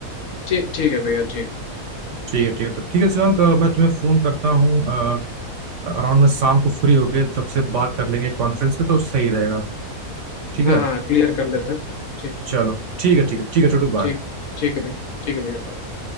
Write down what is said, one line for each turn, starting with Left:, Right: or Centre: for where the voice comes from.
Left: ठीक ठीक है भैया ठीक
Right: ठीक है ठीक है तो ठीक है शिवांक अ, मैं तुम्हें फोन करता हूँ अराउंड में शाम को फ्री होके सबसे बात कर लेंगे कॉन्फ्रेंस पे तो सही रहेगा ठीक
Left: हाँ
Right: है
Left: हाँ क्लियर कर लेते हैं ठीक
Right: चलो ठीक है ठीक है ठीक है छोटू बाय
Left: ठीक ठीक है भाई ठीक है भैया bye।